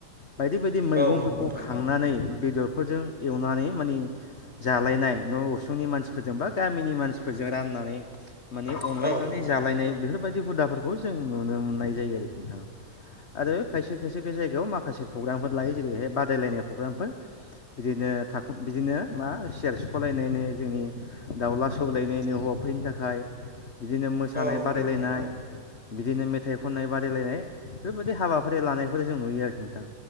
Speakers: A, on the left; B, in the centre.
A: बायदि बायदि मैगंफोरखौ
B: औ नंगौ नोंथां
A: खांनानै बेदरफोरजों एवनानै माने जालायनाय न' उसुंनि मानसि फोरजोंबा गामिनि मानसिफोर राननानै माने अनलायनानै
B: औ नंगौ नोंथां
A: जालायनाय बेफोर बादि हुदाफोरखौ जों नुनो मोननाय जायो आरोखि नोंथां आरो खायसे खायसे खायसे जायगायाव माखासे प्रग्रामफोर लायो जेरैहाय बादायलायनाय प्रग्रामफोर बिदिनो थाख बिदिनो मा सियार सिख'लायनो जोंनि दाउला सौलायनायनो हौवाफोरनि थाखाय बिदिनो मोसानाय
B: औ
A: बादायलायनाय
B: नंगौ नोंथां
A: बिदिनो मेथाइ खननाय बादायलायनाय बेफोरबायदि हाबाफोर लानायफोर जों नुयो आरोखि नोंथां